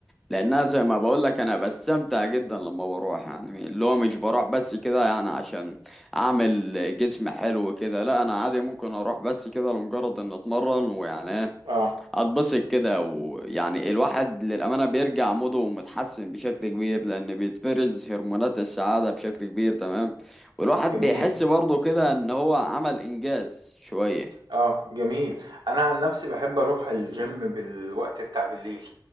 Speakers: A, in the centre; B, on the right.
A: لانها زي ما بقول لك انا بستمتع جدا لما بروح يعني اللي هو مش بروح بس كده يعني عشان اعمل جسم حلو كده لا انا عادي ممكن اروح بس كده لمجرد ان اتمرن ويعني
B: اه
A: اتبسط كده ويعني الواحد للأمانة بيرجع موده متحسن بشكل كبير لأن بيتفرز هرمونات السعادة بشكل كبير تمام والواحد
B: جميل.
A: بيحس برضه كده إن هو عمل إنجاز شوية
B: آه، جميل. أنا عن نفسي باحب أروح الgym بالوقت بتاع بالليل.